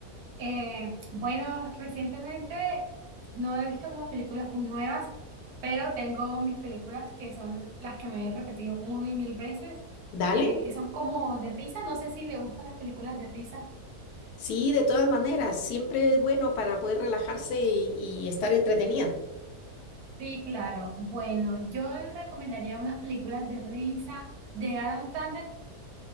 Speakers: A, on the right; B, on the left.
A: Eh, bueno, recientemente no he visto como películas muy nuevas, pero tengo mis películas que son las que me he repetido una y mil veces,
B: Dale.
A: eh, que son como de risa. No sé si le gustan las películas de risa.
B: Sí, de todas maneras, siempre es bueno para poder relajarse y, y estar entretenida.
A: Sí, claro. Bueno, yo le recomendaría unas películas de risa de Adam Sandler.